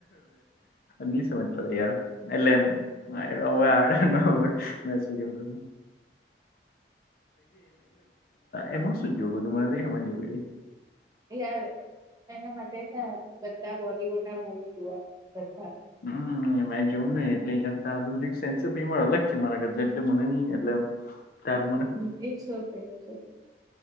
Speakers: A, on the left (about 50°); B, on the right (about 20°).
A: નહી સમજ પતા યાર એટલે આ હવે આ ન હવે મે શું કેમુંને એમાં શું જોયોરે
B: યાર એના માટે છે બધા બોલીવુડ ના મવી જોવા મળ બધા.
A: હમ્મ. જોમ એટ અલગ છેરા કર એટલે મને ન એટલે. તારું
B: હમ્મ હમ્મ હમ્મ it's okay it's okay.